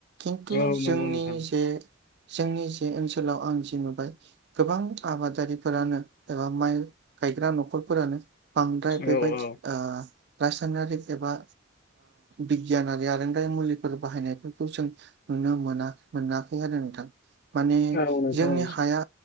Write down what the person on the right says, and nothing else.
खिन्थु
जोंनि
जे जोंनि जे ओनसोलाव आं जे नुबाय गोबां आबादारिफोरानो एबा माइ गायग्रा न'खरफोरानो बांद्राय
बेबायदि
ओ रासायनारिक एबा बिगियानारि आरोंदायारि मुलिफोर बाहायनायफोरखौ जों नुनो मोना। मोनाखै आरो नोंथां माने
जोंनि हाया